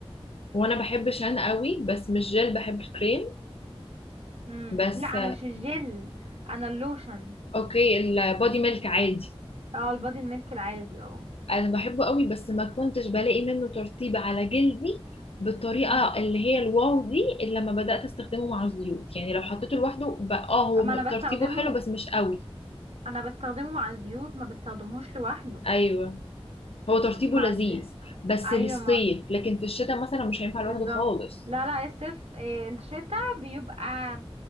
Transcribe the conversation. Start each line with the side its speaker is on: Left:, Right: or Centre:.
Left: وانا بحب شان قوي بس مش جل بحب الكريم
Right: امم
Left: بس
Right: لا انا مش الجل انا اللوشن
Left: اوكي البودي ميلك عادي
Right: اه البادي الميلك العادي اه
Left: انا بحبه قوي بس ما كنتش بلاقي منه ترطيب على جلدي بالطريقه
Right: مم.
Left: اللي هي الواو دي الا لما بدات استخدمه مع الزيوت يعني لو حطيته لوحده بقى اه هو
Right: ما
Left: م-
Right: انا
Left: ترطيبه
Right: بستخدمه
Left: حلو بس مش قوي
Right: انا بستخدمه مع الزيوت ما بستخدمهوش لوحده
Left: ايوه هو ترطيبه
Right: مع
Left: لذيذ
Right: الزي...
Left: بس
Right: ايوه
Left: للصيف
Right: ما
Left: لكن في الشتاء مثلا مش هينفع
Right: بالظبط
Left: لوحده خالص
Right: لا لا الصيف إيه، الشتاء بيبقى